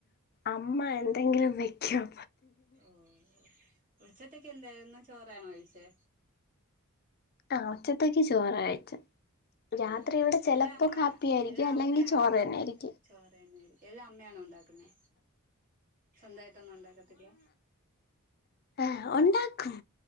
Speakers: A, on the left; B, on the right.
A: അമ്മ എന്തെങ്കിലും വെക്കും
B: ഓ ഓ ഉച്ചത്തേക്ക് എന്തായിരുന്നു ചോറ് ആണോ കഴിച്ചേ
A: ആ ഉച്ചത്തേക്ക് ചോറാ കഴിച്ചേ
B: ഓ
A: രാത്രി ഇവിടെ ചിലപ്പോ
B: എല്ലാം അമ്മ
A: കാപ്പിയായിരിക്കും
B: എല്ലാം
A: അല്ലെങ്കിൽ
B: അമ്മയാണ്
A: ചോറ് തന്നെയായിരിക്കും
B: ചോറ് തന്നെയായിരിക്കും എല്ലാം അമ്മയാണോ ഉണ്ടാക്കുന്നേ സ്വന്തമായിട്ടൊന്നും ഉണ്ടാക്കത്തില്ല
A: ആ ഉണ്ടാക്കും